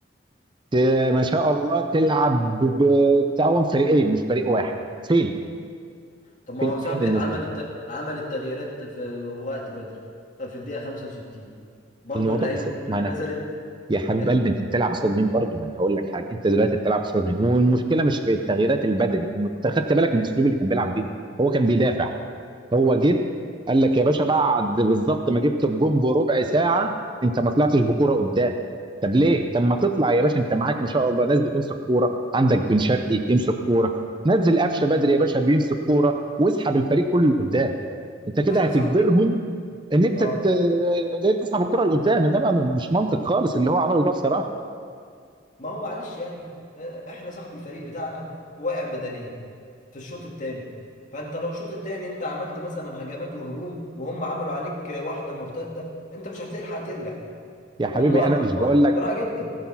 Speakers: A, on the right (about 25°); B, on the left (about 40°).
A: ت- ما شاء الله تلعب بتعاون فريقين مش فريق واحد فين
B: طب ما
A: فين
B: هو صاحبي
A: فين الناس
B: عمل
A: دي
B: الت... عمل التغييرات في وقت بدري آه، في الدقيقة 65 برضو
A: الموضوع
B: اللعيبة
A: بس
B: برضو
A: ما
B: اللي
A: انا
B: نزلت
A: يا حبيب
B: آه،
A: قلبي انت بتلعب قصاد مين برضه ما انا هقول لك حاجه انت دلوقتي بتلعب قصاد مين والمشكله مش في التغييرات البدري الم- أنت خدت بالك من الاسلوب اللي كان بيلعب بيه هو كان بيدافع هو جه قال لك يا باشا بعد بالظبط ما جبت الجون بربع ساعه انت ما طلعتش بكوره قدام طب ليه؟ طب ما تطلع يا باشا انت معاك ما شاء الله ناس بتمسك كوره عندك بن شرقي يمسك كوره نزل قفشه بدري يا باشا بيمسك كوره واسحب الفريق كله لقدام انت كده
B: ما احنا
A: هتجبرهم
B: صاحبي
A: ان انت
B: اه
A: ت- ان انت تسحب الكره لقدام انما مش منطق خالص اللي هو عمله ده بصراحه
B: ما هو معلش يعني آه، احنا صاحبي الفريق بتاعنا واقع بدنيا في الشوط الثاني فانت لو الشوط الثاني انت عملت مثلا هجمات وهجوم وهم عملوا عليك واحدة مرتدة انت مش هتلحق ترجع
A: يا حبيبي
B: هم هم
A: انا مش بقول لك
B: بسرعة جدا